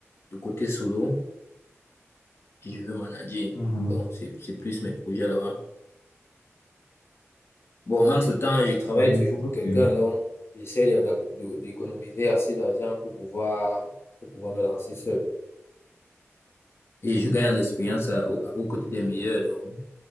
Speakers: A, on the left; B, on the left.
A: le côté solo et je vais manager.
B: Mhm.
A: Donc, c'est, c'est plus mes projets là-bas. Bon, entre-temps, je travaille
B: Mhm.
A: toujours
B: Ok.
A: pour quelqu'un. Donc, j'essaie de- d'ac- de- d'économiser assez d'argent pour pouvoir, pour pouvoir me lancer seul. Et je gagne en expérience euh, au- aux côtés des meilleurs. Donc,